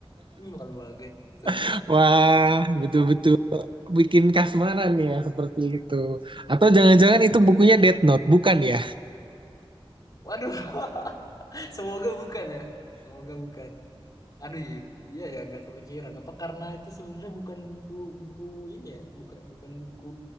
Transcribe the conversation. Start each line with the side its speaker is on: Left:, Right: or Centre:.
Left: Ih, malu banget. Sumpah.
Right: <laughs> Wah,
Left: Aduh.
Right: betul-betul bikin kasmaran ya seperti itu. Atau jangan-jangan itu bukunya Death Note, bukan ya?
Left: Waduh. <laughs> Semoga bukan ya. Semoga bukan. Aduh, iya iya ya nggak kepikiran. Apa karena itu sebenarnya bukan buku buku ini ya, bukan bukan buku